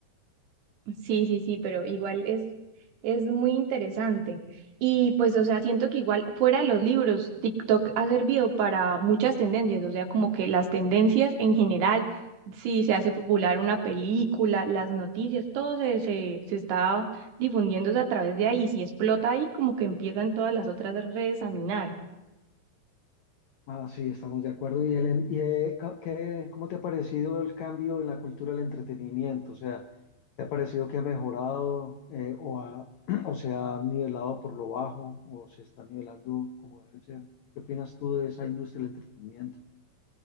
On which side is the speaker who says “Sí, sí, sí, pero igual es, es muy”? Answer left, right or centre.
Right